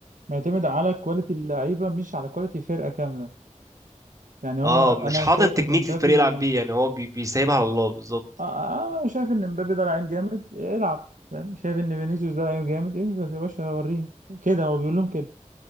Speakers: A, on the right; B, on the right.
A: معتمد على كواليتي اللعيبة مش على كواليتي فرقة كاملة يعني هو
B: اه
A: انا
B: مش حاطط
A: شايف
B: تكنيك
A: ان مبابي
B: الفريق يلعب بيه يعني هو بي- بيسيبها على الله بالظبط
A: آه، آه، انا شايف ان امبابي ده لعيب جامد العب فاهم شايف ان فينيسيوس ده لعيب جامد انزل يا باشا وريني كده هو بيقول لهم كده